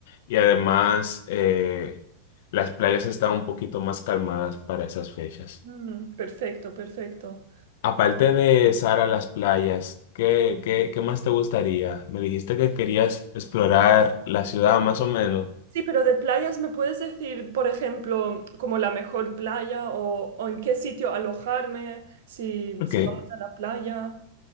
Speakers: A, on the left; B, on the right.
A: y además eh, las playas están un poquito más calmadas para esas fechas.
B: mm, perfecto, perfecto.
A: Aparte de Sara, las playas, ¿qué, qué, qué más te gustaría? Me dijiste que querías explorar la ciudad más o menos.
B: Sí, pero de playas, ¿me puedes decir, por ejemplo, como la mejor playa o, o en qué sitio alojarme si,
A: Ok,
B: si vamos a la playa?